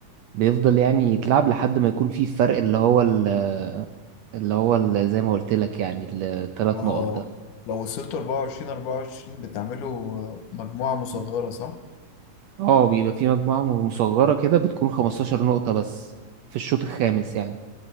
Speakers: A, on the right (about 75°); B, on the left (about 75°).
A: بيفضل يعني يتلعب لحد ما يكون في فرق اللي هو ال- اللي هو ال- زي ما قلت لك يعني الثلاث
B: اه
A: نقط ده
B: لو وصلتوا 24 24 بتعملوا آه، مجموعة مصغرة صح
A: اه بيبقى في مجموعة مصغرة كده بتكون 15 نقطة بس في الشوط الخامس يعني